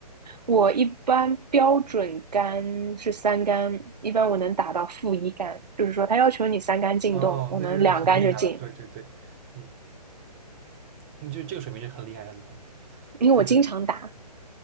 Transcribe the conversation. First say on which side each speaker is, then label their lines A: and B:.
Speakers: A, on the right; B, on the right.
A: 我一般标准杆是三杆，一般我能打到负一杆，就是说它要求你三杆进洞，
B: 哦，
A: 我能两杆就进。
B: 那就是很厉害了，对对对，嗯，你就这个水平就很厉害很厉害了，
A: 因为我经常打。
B: 这个